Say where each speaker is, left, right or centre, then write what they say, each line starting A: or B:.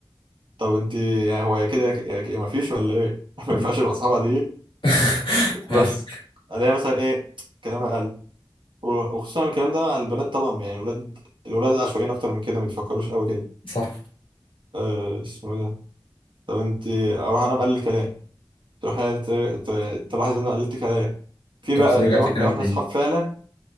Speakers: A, on the right (about 65°); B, on the left (about 80°).
A: طب انت يعني هو يا كده يا يا مفيش ولا ايه <laughs> ما
B: مم.
A: ينفعش يبقى اصحابها دي
B: <laughs> فهمت.
A: بس الاقيها مثلا ايه كلامها قل و- وخصوصا الكلام ده على البنات طبعا يعني الولاد الولاد عشوائيين اكتر من كده ما بيفكروش قوي كده
B: صح
A: أه اسمه ايه ده طب انت اروح انام قال الكلام تروح هي ت- ت- تلاحظ ان انا قلت كلام في
B: تروح
A: بقى
B: رجعت
A: لو
B: كلام
A: لو احنا
B: تاني
A: اصحاب فعلا